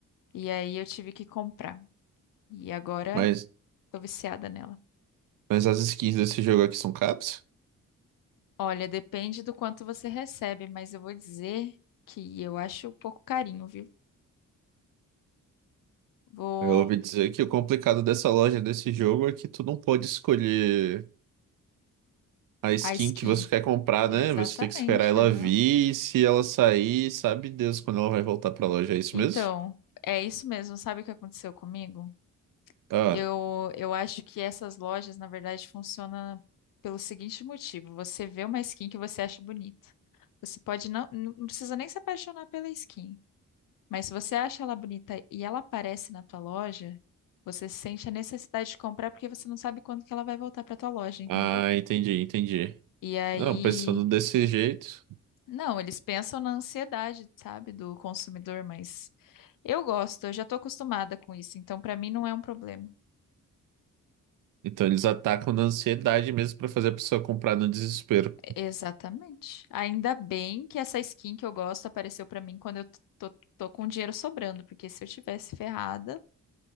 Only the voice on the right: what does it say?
Mas,
mas as skins desse jogo aqui são caps?
Eu ouvi dizer que o complicado dessa loja, desse jogo, é que tu não pode escolher. a skin
que você quer comprar,
né? Você tem que esperar ela
vir. e Se ela sair, sabe Deus quando ela vai voltar pra loja. É isso
mesmo?
Ah,
ah, entendi, entendi.
Não, pensando desse jeito.
Então eles atacam na ansiedade mesmo pra fazer a pessoa comprar no desespero.